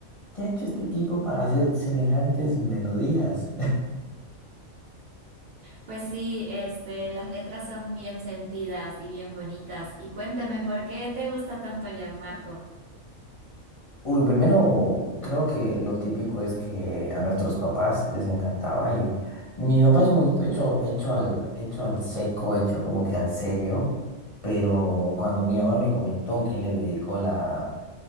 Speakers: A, on the left (about 35°); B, on the right (about 60°).
A: ¿qué ha hecho este tipo para hacer semejantes melodías?
B: Pues sí, este, las letras son bien sentidas y bien bonitas. Y cuéntame, ¿por qué te gusta tanto Gianmarco?
A: Uy, primero creo que lo típico es que a nuestros papás les encantaba y mi papá es un poquito hecho, hecho al, hecho al seco, hecho como que al serio, pero cuando mi mamá me comentó que le dedicó la,